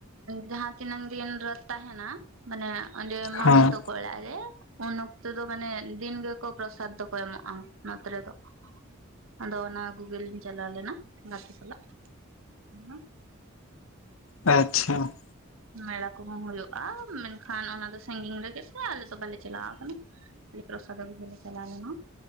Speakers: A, on the right; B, on the left.
A: ᱡᱟᱦᱟᱸ ᱛᱤᱱᱟᱹᱝ ᱫᱤᱱ ᱨᱮ ᱛᱟᱦᱮᱱᱟ ᱢᱟᱱᱮ ᱚᱸᱰᱮ ᱢᱳᱣᱥᱤ
B: ᱦᱮᱸ
A: ᱛᱚᱠᱚ ᱚᱲᱟ ᱨᱮ ᱩᱱ ᱚᱠᱛᱚ ᱫᱚ ᱢᱟᱱᱮ ᱫᱤᱱ ᱜᱮ ᱠᱚ ᱯᱨᱚᱥᱟᱫᱽ ᱫᱚᱠᱚ ᱮᱢᱚᱜᱼᱟ ᱱᱚᱛᱮ ᱨᱮ ᱫᱚ ᱾ ᱟᱫᱚ ᱚᱱᱟ ᱟᱹᱜᱩ ᱜᱮ ᱞᱤᱧ ᱪᱟᱞᱟᱣ ᱞᱮᱱᱟ ᱜᱟᱛᱮ ᱥᱟᱞᱟᱜ ᱾ ᱦᱮᱸ <unintelligible>
B: ᱟᱪᱪᱷᱟ ᱾
A: ᱢᱮᱞᱟ ᱠᱚᱦᱚᱸ ᱦᱩᱭᱩᱜᱼᱟ ᱢᱮᱱᱠᱷᱟᱱ ᱚᱱᱟ ᱫᱚ ᱥᱟᱺᱜᱤᱧ ᱨᱮᱜᱮ ᱥᱮ ᱟᱞᱮ ᱫᱚ ᱵᱟᱞᱮ ᱪᱟᱞᱟᱣ ᱟᱠᱟᱱᱟ ᱾ ᱯᱨᱚᱥᱟᱫ ᱟᱹᱜᱩ ᱜᱮ ᱞᱮ ᱪᱟᱞᱟᱣ ᱞᱮᱱᱟ